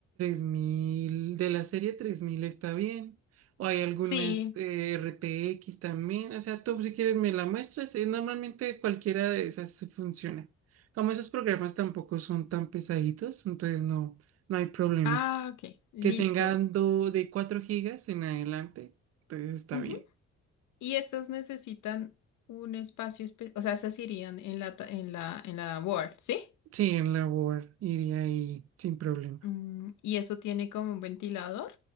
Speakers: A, on the right (about 55°); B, on the left (about 75°).
A: mil de la serie 3000 está bien. O hay algunas
B: Sí.
A: eh, RTX también. O sea, tú si quieres me la muestras. eh, normalmente cualquiera de esas se funciona. Como esos programas tampoco son tan pesaditos, entonces no, no hay problema.
B: Ah, ok, listo.
A: Que tengan do- de 4 gigas en adelante, entonces está
B: Ujú.
A: bien.
B: Y estas necesitan un espacio especial, o sea, esas irían en la, ta- en la, en la board, ¿sí?
A: Sí, en la Word iría ahí sin problema.
B: Mm, y eso tiene como un ventilador.